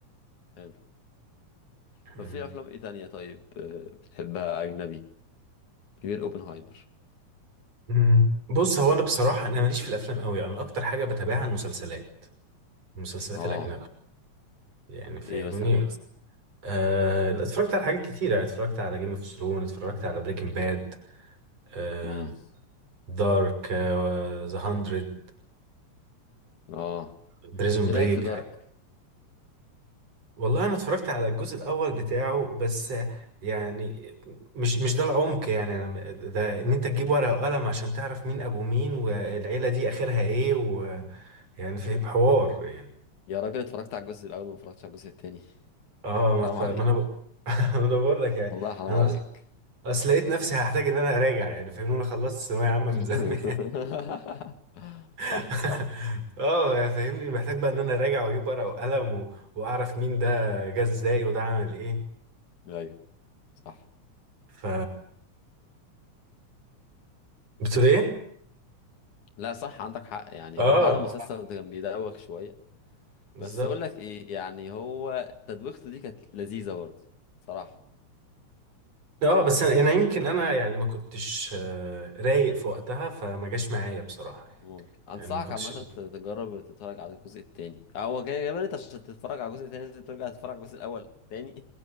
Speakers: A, on the left (about 80°); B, on the right (about 55°).
A: حلو طب
B: إمم.
A: في افلام ايه تانية طيب آه، بتحبها اجنبي غير اوبنهايمر
B: مم. بص هو انا بصراحه انا ماليش في الافلام قوي انا اكتر حاجه بتابعها المسلسلات المسلسلات
A: اه
B: الاجنبيه يعني فاهمني
A: ايه مثلا
B: آه اتفرجت على حاجات كتير يعني اتفرجت على جيم اوف ثرون اتفرجت على بريكنج باد آه
A: امم
B: دارك ذا هاندرد
A: اه
B: بريزون
A: ايه
B: بريك
A: رايك في دارك
B: والله انا اتفرجت على الجزء الاول بتاعه بس آه، يعني مش مش ده العمق يعني أنا- ده ان انت تجيب ورقه وقلم عشان تعرف مين ابو مين والعيله دي اخرها ايه ويعني فاهم حوار يعني
A: يا راجل اتفرجت على الجزء الاول وما اتفرجتش على الجزء التاني
B: اه ما
A: حرام
B: تف...
A: عليك
B: ما انا ب... <laughs> ما انا بقول لك يعني
A: والله حرام
B: انا
A: عليك
B: أص- اصل لقيت نفسي هحتاج ان انا اراجع يعني فاهمني انا خلصت ثانويه عامه
A: <laughs>
B: من زمان <laughs>
A: صح صح
B: اه يعني فاهمني محتاج بقى ان انا اراجع واجيب ورقه وقلم و... واعرف مين ده جه ازاي وده عمل ايه
A: ايوه صح
B: ف بتقول ايه
A: لا صح عندك حق يعني
B: اه
A: هو فعلا المسلسل ده كان بيدوخ شوية
B: بالظبط
A: بس اقول لك ايه يعني هو تدويخته دي كانت لذيذة برضه صراحة
B: اه بس انا أنا يمكن انا يعني ما كنتش آه، رايق في وقتها فما جاش معايا بصراحه
A: ممكن انصحك
B: يعني ما كنتش
A: عامة ت- تجرب تتفرج على الجزء التاني آه، هو جاي جاي بالك عشان تتفرج على الجزء التاني لازم ترجع تتفرج على الجزء الاول تاني